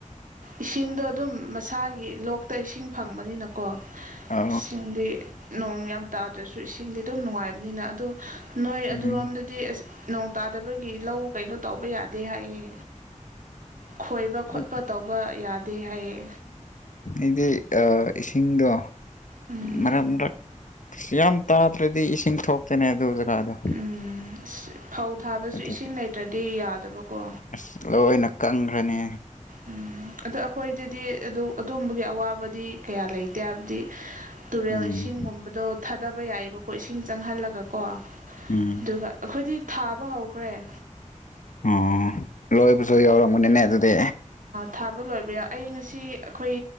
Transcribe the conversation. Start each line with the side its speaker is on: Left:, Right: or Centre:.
Right: ꯏꯁꯤꯡꯗꯣ ꯑꯗꯨꯝ ꯃꯁꯥꯒꯤ ꯂꯣꯛꯇ ꯏꯁꯤꯡ ꯐꯪꯕꯅꯤꯅꯀꯣ
Left: ꯑ
Right: ꯏꯁꯤꯡꯗꯤ ꯅꯣꯡ ꯌꯥꯝ ꯇꯥꯗ꯭ꯔꯁꯨ ꯏꯁꯤꯡꯗꯤ ꯑꯗꯨꯝ ꯅꯨꯡꯉꯥꯏꯕꯅꯤꯅ ꯑꯗꯨ ꯅꯣꯏ ꯑꯗꯨꯔꯣꯝꯗꯗꯤ
Left: ꯎꯝ
Right: ꯗꯤ ꯑꯁ ꯅꯣꯡ ꯇꯥꯗꯕꯒꯤ ꯂꯧ ꯀꯩꯅꯣ ꯇꯧꯕ ꯌꯥꯗꯦ ꯍꯥꯏꯌꯦ ꯈꯣꯏꯕ ꯈꯣꯠꯄ
Left: ꯎꯝ
Right: ꯇꯧꯕ ꯌꯥꯗꯦ ꯍꯥꯏꯌꯦ
Left: ꯏꯗꯤ ꯏꯁꯤꯡꯗꯣ
Right: ꯎꯝ
Left: ꯃꯔꯛ ꯃꯔꯛ ꯑ ꯌꯥꯝ ꯇꯥꯗ꯭ꯔꯗꯤ ꯏꯁꯤꯡ ꯊꯣꯛꯇꯅꯦ ꯑꯗꯨ ꯖꯒꯥꯗꯣ
Right: ꯎꯝ ꯐꯧ ꯊꯥꯕꯁꯨ
Left: ꯑꯗꯨꯒꯤ
Right: ꯏꯁꯤꯡ ꯂꯩꯇ꯭ꯔꯗꯤ ꯌꯥꯗꯕꯀꯣ
Left: ꯑꯁ ꯂꯣꯏꯅ ꯀꯪꯈ꯭ꯔꯅꯤ
Right: ꯎꯝ ꯑꯗꯣ ꯑꯩꯈꯣꯏꯗꯗꯤ ꯑꯗꯨ ꯑꯗꯨꯝꯕꯒꯤ ꯑꯋꯥꯕꯗꯤ ꯀꯌꯥ ꯂꯩꯇꯦ ꯍꯥꯏꯕꯗꯤ ꯇꯨꯔꯦꯜ
Left: ꯎꯝ
Right: ꯏꯁꯤꯡꯒꯨꯝꯕꯗꯣ ꯊꯥꯗꯕ ꯌꯥꯏꯌꯦꯑꯕꯀꯣ ꯏꯁꯤꯡ ꯆꯪꯍꯜꯂꯒꯀꯣ
Left: ꯎꯝ
Right: ꯑꯗꯨꯒ ꯑꯩꯈꯣꯏꯗꯤ ꯊꯥꯕ ꯍꯧ ꯈꯔ‌ꯦ
Left: ꯑꯣ ꯂꯣꯏꯕꯁꯨ ꯌꯥꯎꯔꯝꯒꯅꯤꯅꯦ ꯑꯗꯨꯗꯤ
Right: ꯊꯥꯕ ꯂꯣꯏꯕ ꯌꯥꯏ ꯑꯩ ꯉꯁꯤ ꯑꯩꯈꯣꯏ